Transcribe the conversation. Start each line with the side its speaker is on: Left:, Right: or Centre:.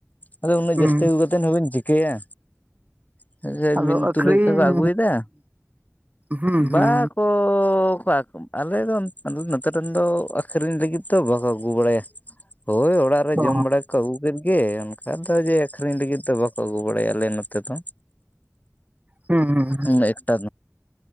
Left: ᱟᱫᱚ ᱩᱱᱟᱹᱜ
Right: ᱦᱩᱸ
Left: ᱡᱟᱹᱥᱛᱤ ᱟᱹᱜᱩ ᱠᱟᱛᱮᱫ ᱦᱚᱸ ᱵᱤᱱ ᱪᱤᱠᱟᱹᱭᱟ <unintelligible>
Right: ᱟᱫᱚ ᱟᱹᱠᱷᱨᱤᱧ
Left: <unintelligible> ᱟᱹᱜᱩᱭᱮᱫᱟ
Right: ᱦᱩᱸ
Left: ᱵᱟ
Right: ᱦᱩᱸ
Left: ᱠᱚ ᱠᱚᱣᱟᱠᱚ ᱟᱞᱮ ᱫᱚ ᱱᱚᱛᱮ ᱨᱮᱱ ᱫᱚ ᱟᱹᱠᱷᱨᱤᱧ ᱞᱟᱹᱜᱤᱫ ᱫᱚ ᱵᱟᱠᱚ ᱟᱹᱜᱩ ᱵᱟᱲᱟᱭᱟ ᱦᱳᱭ ᱚᱲᱟᱜ
Right: ᱚ
Left: ᱡᱚᱢ ᱵᱟᱲᱟ ᱠᱚ ᱟᱹᱜᱩ ᱠᱮᱫ ᱜᱮ ᱚᱱᱠᱟ ᱫᱚ ᱡᱮ ᱟᱹᱠᱷᱨᱤᱧ ᱞᱟᱹᱜᱤᱫ ᱫᱚ ᱵᱟᱠᱚ ᱟᱹᱜᱩ ᱵᱟᱲᱟᱭᱟ ᱟᱞᱮ ᱱᱚᱛᱮ ᱫᱚ᱾
Right: ᱦᱩᱸ ᱦᱩᱸ
Left: ᱩᱢ ᱮᱠᱴᱟ